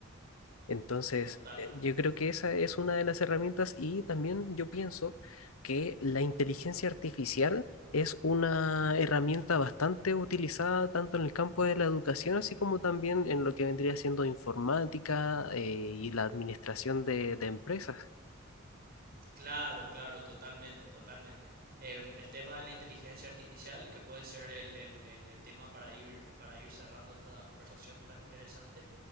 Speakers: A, on the left; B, on the right.
A: Entonces,
B: Totalmente.
A: eh, yo creo que esa es una de las herramientas y también yo pienso que la inteligencia artificial es una herramienta bastante utilizada tanto en el campo de la educación, así como también en lo que vendría siendo informática, eh, y la administración de de empresas.
B: Claro, claro, totalmente, totalmente. Em, el tema de la inteligencia artificial, que puede ser el, el- el- el tema para ir, para ir cerrando esta conversación tan interesante.